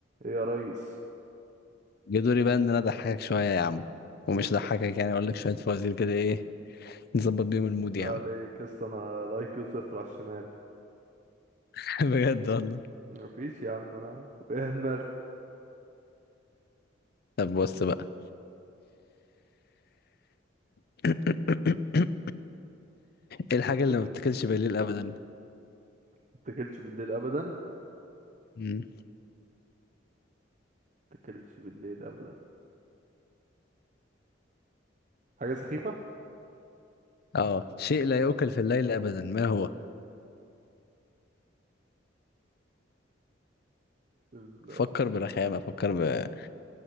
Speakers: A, on the right (about 40°); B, on the left (about 55°).
A: ايه يا ريس
B: جه دوري بقى ان انا اضحكك شويه يا عم ومش
A: بالله
B: اضحكك يعني اقول لك شويه فوازير كده ايه نظبط بيهم المود
A: بالله
B: يا
A: عليك
B: عم
A: يا اسطى انا الاي كيو صفر على الشمال
B: <laughs> بجد والله
A: مفيش يا عم انا فيها دماغ
B: طب بص بقى <clears throat> <coughs> ايه الحاجه
A: يقول
B: اللي ما
A: لي
B: بتاكلش بالليل ابدا
A: متاكلش بالليل ابدا
B: مم.
A: متاكلش بالليل ابدا حاجه سخيفه
B: اه شيء لا يؤكل في الليل ابدا ما هو
A: ال-
B: فكر برخامه فكر ب...